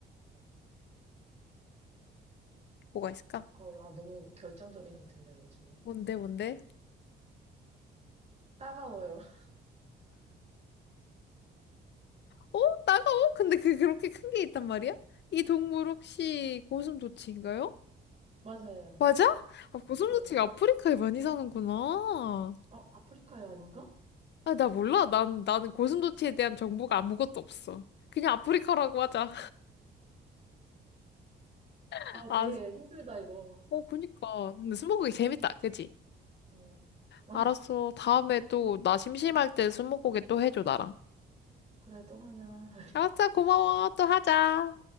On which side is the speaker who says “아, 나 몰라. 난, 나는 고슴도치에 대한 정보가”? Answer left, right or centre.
Left